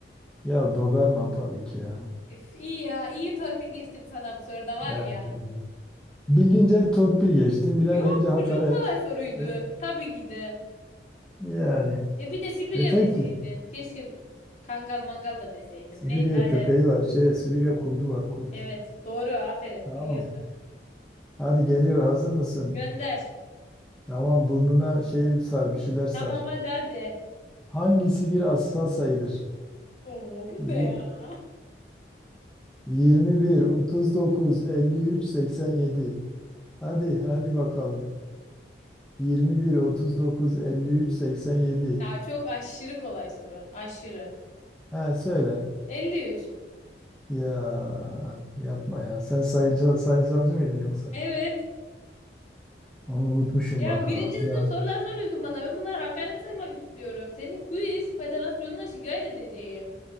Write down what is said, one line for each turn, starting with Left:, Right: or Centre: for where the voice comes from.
Centre: ya Doberman tabii ki ya.
Left: Üf, iyi ya. iyi torpil geçtim sana bu soruda var
Centre: He.
Left: ya.
Centre: Bilince torpil geçtim, bilemeyince
Left: Yok
Centre: hakaret.
Left: bu çok kolay soruydu.
Centre: E,
Left: Tabii ki de.
Centre: yani.
Left: E bir de Sibirya
Centre: E peki.
Left: deseydin. Keşke Kangal mangal da deseydim.
Centre: Sibirya
Left: Neyse hadi
Centre: köpeği
Left: hadi.
Centre: var. Şey, Sibirya kurdu var, kurt.
Left: Evet doğru aferin
Centre: Tamam.
Left: biliyorsun.
Centre: Hadi geliyor, hazır mısın?
Left: Gönder.
Centre: Tamam, burnuna şey sar, bir şeyler sar.
Left: Tamam hadi hadi.
Centre: Hangisi bir asal sayıdır?
Left: Oo bu
Centre: Y-
Left: ne ya?
Centre: yirmi bir, otuz dokuz, elli üç, seksen yedi. Hadi, hadi bakalım. 21, 39, 53, 87.
Left: Ya çok aşırı kolay soru. Aşırı.
Centre: Ha söyle.
Left: 53.
Centre: Ya yapma ya. Sen sayıcı, sayısalcı mıydın yoksa?
Left: Evet.
Centre: Onu unutmuşum
Left: Ya
Centre: bak
Left: birinci
Centre: ha
Left: sınıf
Centre: bir an.
Left: sorular soruyorsun bana. Ben bunları hakaret saymak istiyorum. Seni quiz federasyonuna şikayet edeceğim.